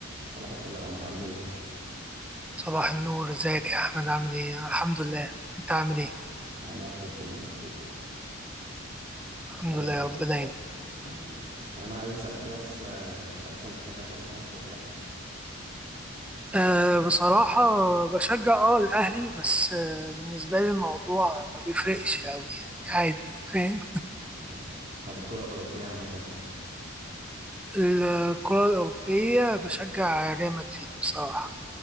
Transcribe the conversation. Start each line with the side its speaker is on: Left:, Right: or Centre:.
Right: صباح الفل يا عمر عامل ايه؟
Centre: صباح النور ازيك يا احمد عامل ايه أنا الحمد لله انت عامل ايه
Right: انا بخير طول ما انت بخير
Centre: الحمد
Right: آه،
Centre: لله يا رب دايما
Right: <laughs> الله يخليك انا عايز اسالك كده بس آه، انت اصلا بتشجع حاجه في مصر ولا لا؟
Centre: أه بصراحة بشجع اه الاهلي بس أه بالنسبة لي الموضوع ما بيفرقش اوي يعني عادي فاهم
Right: آه، طب الكره الاوروبيه عامه
Centre: الكرة الأوروبية بشجع ريال مدريد بصراحة